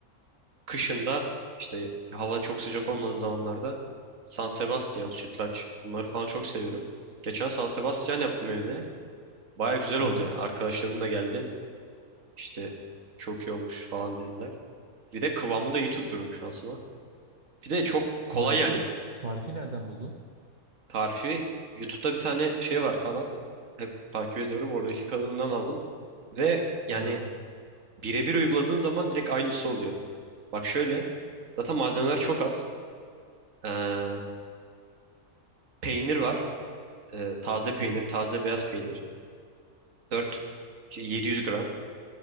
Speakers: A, on the right; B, on the right.
A: Kışında işte hava çok sıcak olmadığı zamanlarda San Sebastian, sütlaç bunları falan çok seviyorum. Geçen San Sebastian yaptım evde. Baya güzel oldu
B: Hı hı.
A: yani. Arkadaşlarım da geldi. İşte çok iyi olmuş falan dediler. Bir de kıvamı da iyi tutturdum şansıma. Bir de çok
B: Tarifi
A: kolay yani
B: tarifi nereden buldun?
A: tarifi. YouTube'da bir tane şey var kanal. Hep takip ediyorum. Oradaki kanalından aldım. Ve yani
B: Ha.
A: birebir uyguladığın zaman direkt aynısı oluyor. Bak şöyle. Zaten malzemeler çok az. Ee, peynir var. e, taze peynir,
B: Hı hı.
A: taze beyaz peynir. 4 700 gram